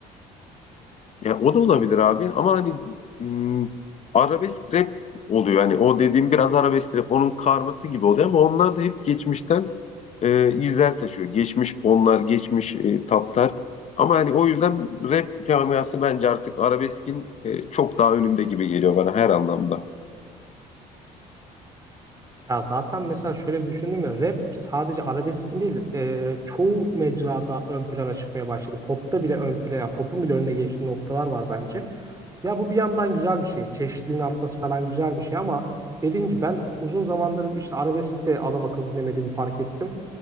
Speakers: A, on the left; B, on the right.
A: Ya o da olabilir abi ama hani mm, arabesk rap oluyor. Hani o dediğim biraz arabesk rap onun karması gibi oluyor ama onlar da hep geçmişten e, izler taşıyor. Geçmiş fonlar, geçmiş e, tatlar. Ama hani o yüzden rap camiası bence artık arabeskin e, çok daha önünde gibi geliyor bana her anlamda.
B: Ya zaten mesela şöyle bir düşündüm ya rap sadece arabeskin değil e, çoğu mecrada ön plana çıkmaya başladı. Pop'ta bile ön plana yani pop'un bile önüne geçtiği noktalar var bence. Ya bu bir yandan güzel bir şey. Çeşitliliğin artması falan güzel bir şey ama dediğim gibi ben uzun zamandır işte arabesk'te adam akıllı dinlemediğimi fark ettim.